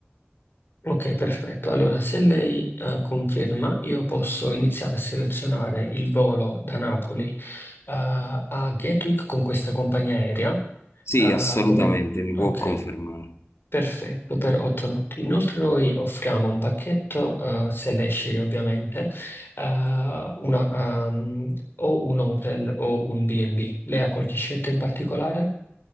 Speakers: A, on the left; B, on the left.
A: Ok, perfetto. Allora, se lei eh, conferma, io posso iniziare a selezionare il volo da Napoli eh, a Gatwick con questa compagnia aerea.
B: Sì,
A: eh,
B: assolutamente,
A: come...
B: mi può
A: Ok.
B: confermare.
A: Perfetto, per otto notti. Inoltre noi offriamo un pacchetto, eh, se lei sceglie ovviamente, eh, una, ehm, o un hotel o un B&B. Lei ha qualche scelta in particolare?